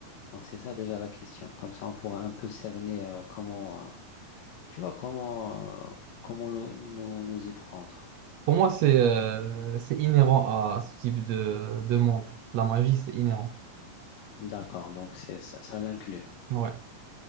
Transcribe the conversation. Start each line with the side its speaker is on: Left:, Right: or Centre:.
Left: Donc c'est ça déjà la question. Comme ça, on pourra un peu cerner euh, comment, euh, tu vois, comment euh, comment nous, nous nous y prendre.
Right: Pour moi, c'est euh, c'est inhérent à ce type de, de monde. La magie, c'est inhérent.
Left: D'accord. Donc c'est ça, ça l'inclut.
Right: Ouais.